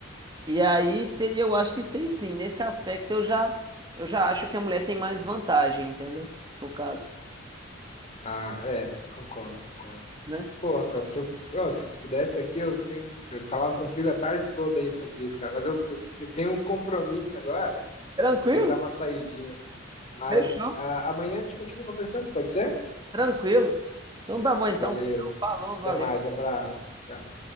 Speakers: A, on the right; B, on the left.
A: E aí, te- eu acho que sei sim, nesse aspecto eu já, eu já acho que a mulher tem mais vantagem, entendeu? No caso,
B: Ah, é, concordo, concordo.
A: né?
B: Pô, Rafael, se eu, ó, se eu pudesse aqui, eu tenho, eu falava contigo a tarde toda aí sobre isso, cara, mas eu, eu, eu tenho um compromisso agora,
A: Tranquilo?
B: vou ter que dar uma saidinha. Mas
A: Fechou?
B: ah, amanhã a gente continua conversando, pode ser?
A: Tranquilo. Então tá bom, então,
B: Valeu,
A: Pedrão, falou, valeu.
B: até mais, abraço, tchau.